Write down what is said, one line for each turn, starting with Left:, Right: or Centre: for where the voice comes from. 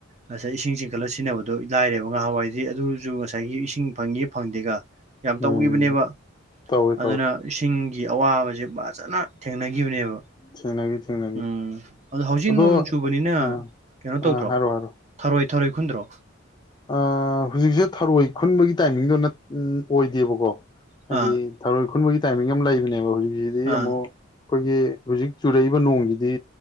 Right: ꯉꯁꯥꯏ ꯏꯁꯤꯡ ꯆꯤꯡꯈꯠꯂ ꯁꯤꯖꯤꯟꯅꯕꯗꯣ ꯂꯥꯏꯔꯦꯕ ꯉꯍꯥꯟꯋꯥꯏꯗꯤ ꯑꯗꯨꯖꯨ ꯉꯁꯥꯏꯒꯤ ꯏꯁꯤꯡ ꯐꯪꯉꯤ ꯐꯪꯗꯦꯒ ꯌꯥꯝ
Left: ꯎꯝ
Right: ꯇꯧꯒꯤꯕꯅꯦꯕ
Left: ꯇꯧꯋꯦ
Right: ꯑꯗꯨꯅ
Left: ꯇꯧꯋꯦ
Right: ꯏꯁꯤꯡꯒꯤ ꯑꯋꯥꯕꯖꯦ ꯐꯖꯅ ꯊꯦꯡꯅꯒꯤꯕꯅꯦꯕ
Left: ꯊꯦꯡꯅꯈꯤ ꯊꯦꯡꯅꯈꯤ
Right: ꯎꯝ ꯑꯗꯨ ꯍꯧꯖꯤꯛ
Left: ꯑꯗꯣ
Right: ꯅꯣꯡ ꯆꯨꯕꯅꯤꯅ
Left: ꯑꯥ
Right: ꯀꯩꯅꯣ ꯇꯧꯗ꯭ꯔꯣ
Left: ꯑꯥ ꯍꯥꯏꯔꯣ ꯍꯥꯏꯔꯣ
Right: ꯊꯔꯣꯏ ꯊꯔꯣꯏ ꯈꯨꯨꯟꯗ꯭ꯔꯣ
Left: ꯑ ꯍꯧꯖꯤꯛꯁꯨ ꯊꯔꯣꯏ ꯈꯨꯟꯕꯒꯤ ꯇꯥꯏꯃꯤꯡꯗꯣ ꯅꯠ ꯑꯣꯏꯗꯦꯕꯀꯣ ꯍꯥꯏꯗꯤ
Right: ꯑꯥ
Left: ꯊꯔꯣꯏ ꯈꯨꯟꯕꯒꯤ ꯇꯥꯏꯃꯤꯡ ꯑꯃ ꯂꯩꯕꯅꯦꯕ ꯍꯧꯖꯤꯛꯁꯤꯗꯤ
Right: ꯑꯥ
Left: ꯑꯃꯨꯛ ꯑꯩꯈꯣꯏꯒꯤ ꯍꯧꯖꯤꯛ ꯆꯨꯔꯛꯏꯕ ꯅꯣꯡꯖꯤꯗꯤ